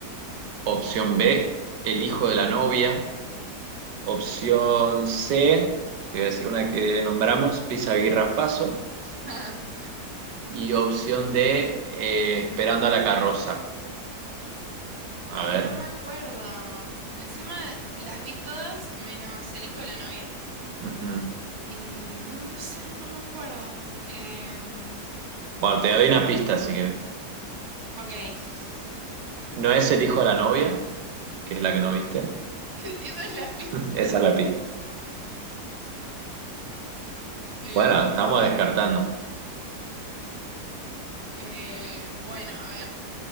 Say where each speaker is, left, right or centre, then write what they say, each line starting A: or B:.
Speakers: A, on the right; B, on the right.
A: Opción B, el hijo de la novia. Opción C, te voy a decir una que nombramos, Pisa Aguirre Faso.
B: <laughs>
A: Y opción D, eh, esperando a la carroza. A
B: Ay,
A: ver.
B: no me acuerdo. Encima las vi todas, menos El hijo de la novia.
A: ujú.
B: Y no, no sé, no me acuerdo. Em, ok.
A: Bueno, te doy una pista si quieres.
B: <laughs>
A: No es el hijo de la novia, que es la que no viste.
B: Esa es la <laughs> pista.
A: <laughs> Esa es la pista.
B: Em,
A: Bueno, estamos descartando.
B: eh, bueno, a ver.